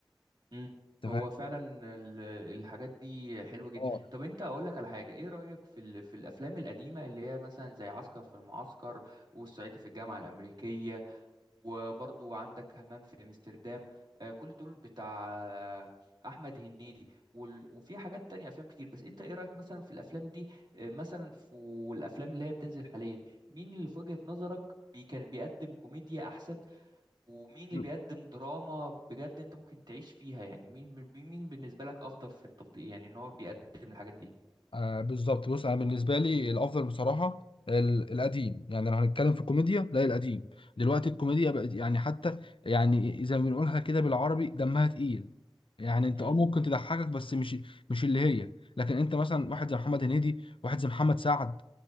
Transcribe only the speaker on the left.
انت
فاهم
اه
يعني.
آه بالظبط بص انا بالنسبه لي الافضل بصراحه ال- القديم يعني لو هنتكلم في الكوميديا لا القديم دلوقتي الكوميديا بقت يعني حتى يعني اذا بنقولها كده بالعربي دمها تقيل يعني انت
اه ممكن تضحكك بس مش مش اللي هي لكن انت مثلا واحد زي محمد هنيدي واحد زي محمد سعد